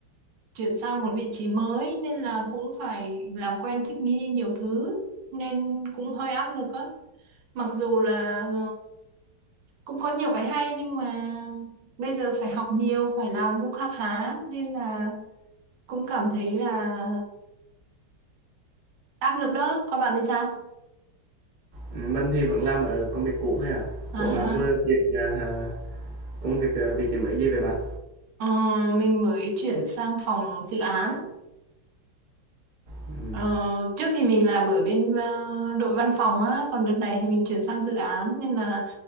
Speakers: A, on the right (about 75°); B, on the right (about 45°).
A: chuyển sang một vị trí mới nên là cũng phải làm quen thích nghi nhiều thứ nên cũng hơi áp lực á. Mặc dù là ờ, cũng có nhiều cái hay nhưng mà bây giờ phải học nhiều, phải làm cũng khá khá nên là cũng cảm thấy là áp lực đó. Còn bạn thì sao?
B: Ừ, mình thì vẫn làm ở công việc cũ thôi à.
A: À,
B: Ủa bạn vừa chuyển ờ, ờ, công việc ờ, vị trí mới gì vậy bạn?
A: Ờ, mình mới chuyển sang phòng dự án.
B: Ừ,
A: Ờ, trước thì mình làm ở bên ờ, đội văn phòng á, còn đợt này thì mình chuyển sang dự án nên là